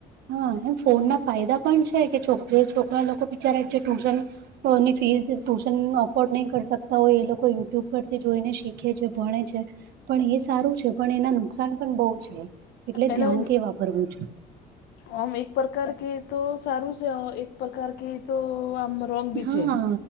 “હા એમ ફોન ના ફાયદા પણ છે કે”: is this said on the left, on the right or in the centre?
Right